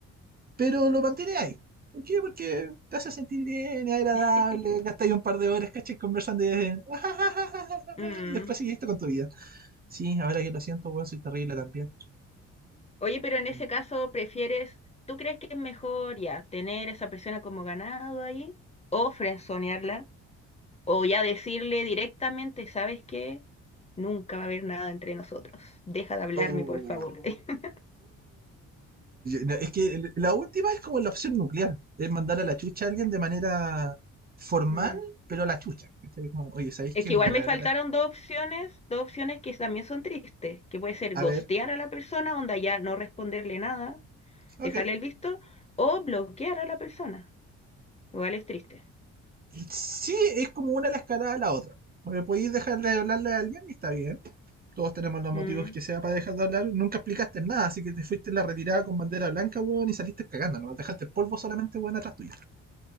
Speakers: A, on the right (about 30°); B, on the left (about 20°).
A: pero lo mantiene ahí. ¿Por qué? Porque te hace sentir bien, es agradable,
B: <laughs>
A: gastáis un par de horas, caché, conversando y, de- <laughs>
B: Mm.
A: y después seguiste con tu vida. Sí, ahora que lo siento, weón, soy terrible también.
B: Oye, pero en ese
A: Mm.
B: caso, ¿prefieres, tú crees que es mejor ya tener a esa persona como ganado ahí o frenzonearla o ya decirle directamente, ¿sabes qué? Nunca va a haber nada entre nosotros. Deja de hablarme,
A: Oh.
B: por favor. <laughs>
A: no, es que la última es como la opción nuclear, es mandar a la chucha a alguien de manera formal,
B: Mm.
A: pero a la chucha. Como, oye, ¿sabéis
B: Es
A: qué?
B: que
A: Mira,
B: igual
A: la
B: me
A: verdad
B: faltaron
A: es
B: dos opciones, dos opciones que también son tristes, que puede ser
A: A
B: ghostear
A: ver,
B: a la persona, onda ya no responderle nada,
A: ok.
B: dejarle el visto, o bloquear a la persona. Igual es triste.
A: Sí, es como una la escalada a la otra. Porque podéis dejar de hablarle a alguien y está bien. Todos tenemos los
B: Mm,
A: motivos que sea para dejar de hablar. Nunca explicaste nada, así que te fuiste en la retirada con bandera blanca, weón, y saliste cagando. No dejaste el polvo solamente, weón, atrás tuyo.